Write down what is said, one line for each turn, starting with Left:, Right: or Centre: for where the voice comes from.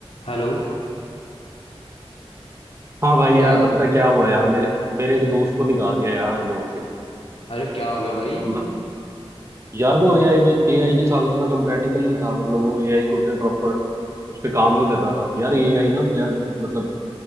Left: Hello
Right: हाँ भाई
Left: क्या
Right: यार पता क्या हुआ यार मेरे मेरे एक दोस्त को निकाल दिया यार जॉब से
Left: अरे क्या हो गया भाई
Right: म- यार वो एआई एआई के साथ उतना कंपेटेबल नहीं था मतलब वो एआई को उतने प्रॉपर उस पे काम नहीं कर रहा था यार एआई ना यार मतलब